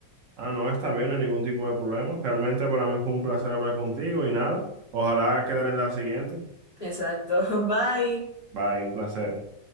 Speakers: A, on the right; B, on the left.
A: Ah, no, está bien, no hay ningún tipo de problema. Realmente para mí fue un placer hablar contigo y nada. Ojalá quedar en la siguiente.
B: Exacto, <laughs> bye.
A: Bye, un placer.